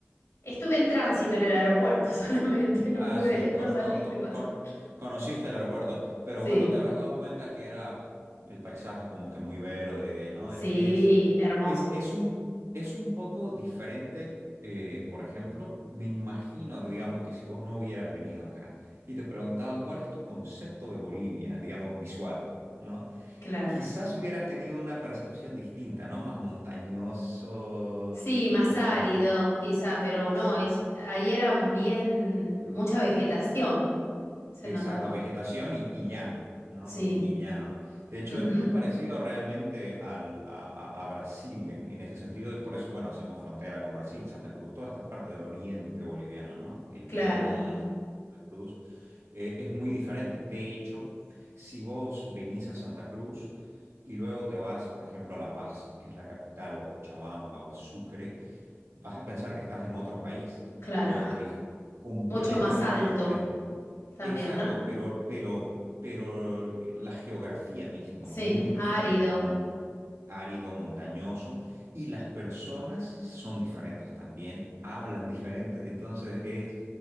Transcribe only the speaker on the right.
Ah,
sí,
con,
con- con-
con- conociste el aeropuerto, pero
bueno, te habrás dado cuenta que era el paisaje como que muy verde, ¿no?
Es, es,
es, es un, es un poco diferente, eh, por ejemplo, me imagino, que, digamos, que si vos no hubieras venido acá y te preguntaban cuál es tu concepto de Bolivia, digamos, visual, ¿no?
Quizás hubieras tenido una percepción distinta, ¿no? Más montañoso
o, o
no.
Exacto.
Exacto,
vegetación y, y llano, ¿no?
Y, y llano. De hecho,
es muy parecido realmente al, a, a- a Brasil en, en ese sentido, y por eso, bueno, hacemos frontera con Brasil, Santa Cruz, toda esta parte del oriente boliviano, ¿no? El
Beni, Santa Cruz, eh, es muy diferente. De hecho, si vos venís a Santa Cruz y luego te vas, por ejemplo, a La Paz, que es la capital, o a Cochabamba o a Sucre, vas a pensar que estás en otro país,
porque es completamente
diferente.
Exacto,
pero, pero, pero eh, la geografía mismo
es muy diferente,
mon- árido, montañoso, y las personas son diferentes también, hablan diferente. Entonces es